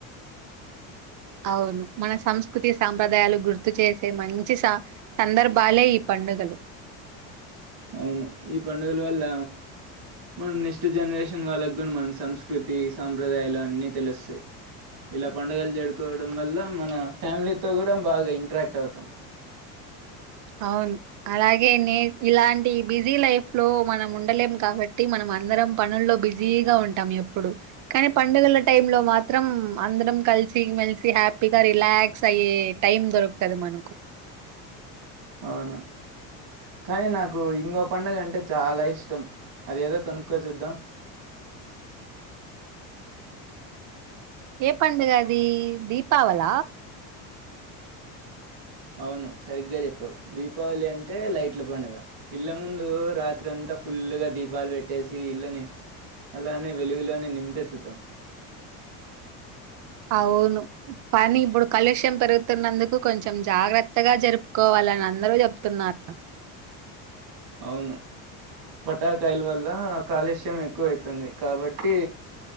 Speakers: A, on the right; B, on the right.
A: అవును మన సంస్కృతి సాంప్రదాయాలు గుర్తు చేసే మంచి స సందర్భాలే ఈ పండుగలు.
B: అవును ఈ పండ పండుగల వల్ల మనం నెక్స్ట్ జనరేషన్ వాళ్ళకు కూడా మన సంస్కృతి సాంప్రదాయాలు అన్నీ తెలుస్తాయి ఇలా పండుగలు జరుపుకోవడం వల్ల మన ఫ్యామిలీతో కూడా బాగా ఇంట్రాక్ట్ అవుతాం
A: అవును అలాగే నే ఇలాంటి బిజీ లైఫ్ లో మనం ఉండలేం కాబట్టి మనం అందరం పనుల్లో బిజీగా ఉంటాం ఎప్పుడు కానీ పండుగల టైంలో మాత్రం అందరం కలిసి మేలిసి హ్యాపీగా రిలాక్స్ అయ్యే టైం దొరుకుతాది మనకు
B: అవును కానీ నాకు ఇంకో పండుగ అంటే చాలా ఇష్టం అది ఏదో కనుక్కో చూద్దాం
A: ఏ పండుగ అది దీపావళ
B: అవును సరిగ్గా చెప్పావు దీపావళి అంటే లైట్ల పండుగ ఇళ్ల ముందు రాత్రంతా ఫుల్గా దీపాలు పెట్టేసి ఇళ్లని అలానే వెలుగులోనే నింపెత్తుతాం
A: అవును కానీ ఇప్పుడు కలుష్యం పెరుగుతున్నందుకు కొంచెం జాగ్రత్తగా జరుపుకోవాలని అందరూ చెప్తున్నారు
B: అవును పటాకాయల వల్ల కాలుష్యం ఎక్కువ అయితుంది కాబట్టి